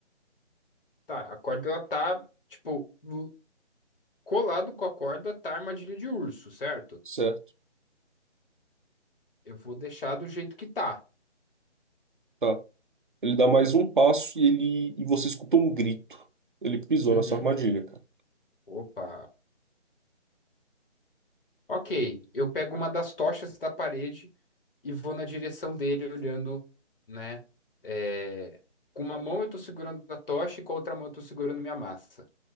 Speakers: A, on the left; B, on the right.
A: Tá, a corda ela tá, tipo, l- colado com a corda tá a armadilha de urso, certo?
B: certo,
A: Eu vou deixar do jeito que tá.
B: tá. Ele dá mais um passo e ele. E você escuta um grito. Ele pisou
A: Uhum.
B: na sua armadilha, cara.
A: Opa. Ok, eu pego uma das tochas da parede e vou na direção dele, olhando, né? é, Com uma mão eu tô segurando a tocha e com a outra mão eu tô segurando minha massa.